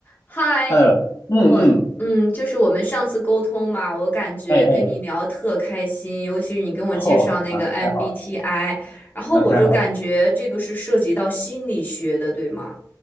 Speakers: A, on the left (about 25°); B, on the left (about 45°).
A: 嗨，
B: Hello，嗯嗯，
A: 嗯，就是我们上次沟通嘛，我感觉跟你聊特开心，
B: 哎哎，
A: 尤其是你跟我介绍那个
B: 哦，妈，那太好了，
A: MBTI，然后我就感觉这个是涉及到心理学的，
B: 那太好了。
A: 对吗？